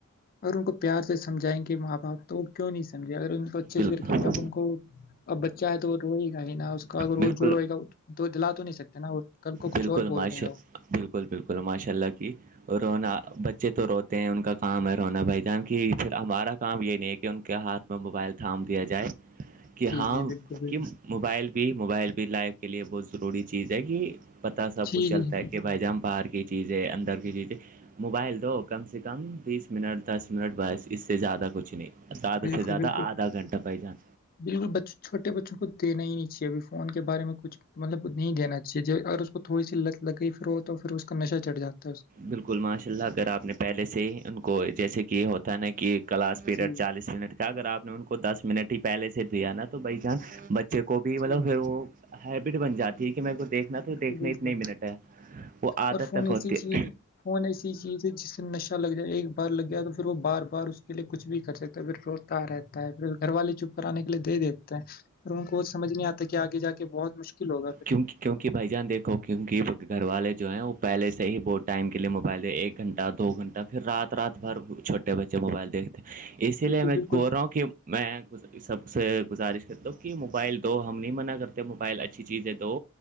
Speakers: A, on the left; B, on the right.
A: اگر ان کو پیار سے سمجائیں گے ماں باپ تو کیوں نہیں سمجھے اگر ان کو اچھے
B: بالکل
A: سے رکھیں گے اب ان کو اب بچہ ہے تو وہ روے گا ہی نا اس کا اگر
B: بالکل
A: وہ جو روے گا تو دلا تو نہیں سکتے نا اور کل کو کچھ
B: بالکل
A: اور بول
B: ماشا
A: دے وہ
B: بالکل بالکل ماشاء اللہ کی رونا بچے تو روتے ہیں ان کا کام ہے رونا بھائی جانک پھر ہمارا کام یہ نہیں ہے کہ ان کے ہاتھ میں موبائل تھام دیا جائے کہ
A: جی،
B: ہاں
A: جی، بالکل، بالکل،
B: کہ موبائل بھی موبائل بھی لائف کے لیے بہت ضروری چیز ہے کہ پتہ سب
A: جی،
B: کچھ چلتا
A: جی،
B: ہے کہ بھائی جاں بہار کی چیزیں اندر کی چیزیں موبائل دو کم سے کم بیس منٹ دس منٹ بس اس سے زیادہ کچھ نہیں زیادہ
A: بالکل،
B: سے زیادہ
A: بالکل۔
B: آدھا گھنٹہ بھائی جان
A: بالکل بچ چھوٹے بچوں کو دینا ہی نہیں چاہیےبھی فون کے بارے میں کچھ مطلب نہیں دینا چاہیے جو اگر اس کو تھوڑی سی لت لگی پھر ہو تو پھر اس کا نشہ چڑھاتا ہے
B: بالکل ماشاء اللہ اگر آپ نے پہلے سے ہی ان کو جیسے کہ یہ ہوتا نا کہ کلاس پیریڈ
A: جی
B: چالیس منٹ کا اگر آپ نے ان کو دس منٹ ہی پہلے سے دیا نا تو بھائی جان چالس بچے کو کو بھی مطلب
A: جی
B: پھر وہ ہیبٹ بن جاتی ہے کہ میں دیکھنا تو
A: بالکل
B: دیکھنا
A: بالکل
B: اتنی منٹ ہے وہ عادت
A: اور فون
B: تک
A: ایسی
B: ہوتی ہے
A: فون ایسی چیز ہے جس سے نشہ لگ جائے ایک بار لگ گیا تو پھر وہ بار بار اس لیے کچھ بھی کر سکتا ہے پھر روتا رہتا ہےھر گھر والے چپ کرانے کے لیے دے دیتے ہیں اور ان کو وہ سمجھ نہیں آتا کہ آگے جا کے بہت مشکل ہوگا پھر
B: کیونہ کیونکہ بھائی جان دیکو کیونکہ گھر والے جو ہیں وہ پہلے سے ہی بہت ٹائم کے لیے موبائلے ایک گھنٹہ دو گھنٹہ پھر رات رات بھر چھوٹے بچے موبائل دیکھتے ہیں اسی
A: بالکل
B: لیے میں
A: بالکل
B: بول رہا ہوں کہ میں سب سے گزارش کرتا ہوں کہ موبائل دو ہم نہیں منع کرتے موبائل اچھے چیزیں دو